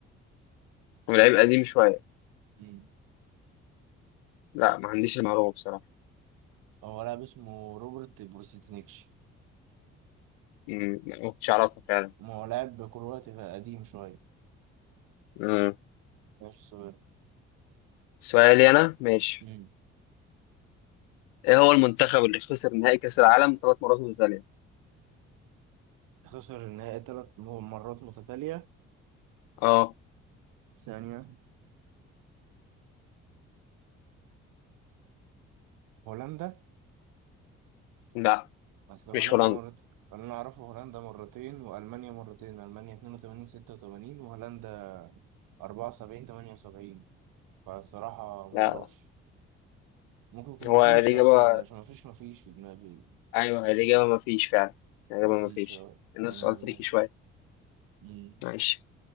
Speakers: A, on the left; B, on the right.
A: ولعيب قديم شوية
B: مم.
A: لا ما عنديش المعلومة بصراحة
B: هو لاعب اسمه روبرت بروسيتنيكش
A: مم، ما كنتش اعرفها فعلا
B: ما هو لاعب كرواتي قديم شوية
A: امم
B: ماشي صغير
A: سؤالي انا ماشي
B: مم.
A: ايه هو المنتخب اللي خسر نهائي كأس العالم ثلاث مرات متتالية؟
B: خسر النهائي ثلاث م- مرات متتالية
A: اه
B: ثانية هولندا
A: لا
B: أصل هولندا
A: مش هولندا
B: مرتين اللي أنا أعرفه هولندا مرتين وألمانيا مرتين ألمانيا 82 86 وهولندا 74 78 فالصراحة معرفش
A: لا لا
B: ممكن يكون
A: هو
B: مفيش
A: الإجابة
B: أصلا عشان مفيش مفيش في دماغي
A: أيوه هي الإجابة مفيش فعلا الإجابة
B: مفيش
A: مفيش
B: اه
A: الناس
B: تمام
A: سؤال تريكي
B: ماشي
A: شوية
B: مم.
A: معلش